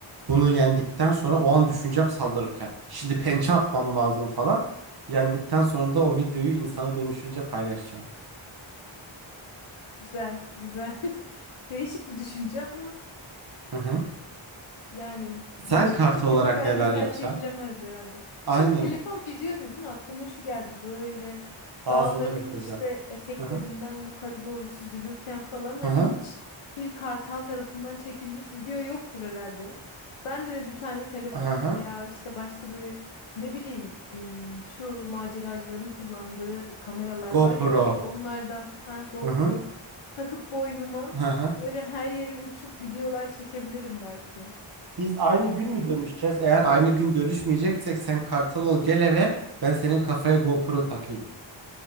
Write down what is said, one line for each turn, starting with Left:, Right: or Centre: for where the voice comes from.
Right: Bunu yendikten sonra o an düşüneceğim saldırırken. Şimdi pençe atmam lazım falan. Yendikten sonra da o videoyu insana dönüşünce paylaşacağım.
Left: Güzel, güzel. <laughs> Değişik bir düşünce ama
Right: Hı hı.
Left: Yani başka
Right: Sen kartı
Left: türlü
Right: olarak
Left: bu belgesel
Right: neler yapacaksın?
Left: çekilemez herhalde.
Right: Aynen
Left: Şimdi telefon video dedin aklıma şu geldi böyle
Right: ağzımda
Left: dağların
Right: götüreceğim.
Left: işte eteklerinden
Right: Hı hı.
Left: yukarı doğru süzülürken falan hani
Right: Hı hı.
Left: hiç bir kartal tarafından çekilmiş video yoktur herhalde. Ben de bir tane telefon
Right: Hı hı.
Left: veya işte başka bir ne bileyim ım, şu maceracıların kullandığı kameralar
Right: GoPro.
Left: var ya belki onlardan ha GoPro
Right: Hı hı.
Left: takıp boynuma
Right: Hı hı.
Left: böyle her yere uçup videolar çekebilirim belki.
Right: Biz aynı gün mü dönüşeceğiz? Eğer aynı gün dönüşmeyeceksek sen kartal ol gel eve. Ben senin kafaya GoPro takayım.